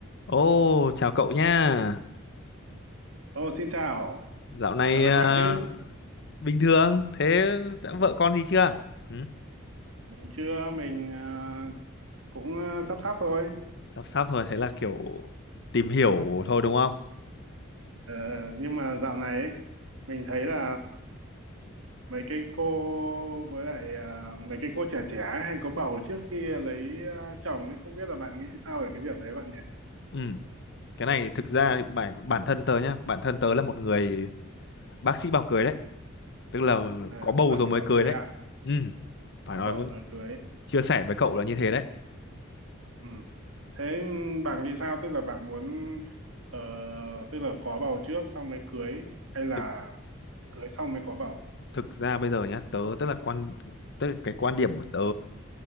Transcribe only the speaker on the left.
Ô, chào cậu nha.
Dạo này
ờ,
bình thường, thế đã vợ con gì chưa? Ừ,
sắp sắp rồi, thế là kiểu tìm hiểu thôi đúng không?
Ừ, cái này thực ra bản bản thân tớ nhá, bản thân tớ là một người bác sĩ bảo cười đấy, tức là
có bầu
rồi
mới
cười
đấy.
Ừ, phải
nói
với,
chia sẻ với cậu là như thế đấy.
Thực
thực ra bây giờ nhá, tớ tức là quan tức là cái quan điểm của tớ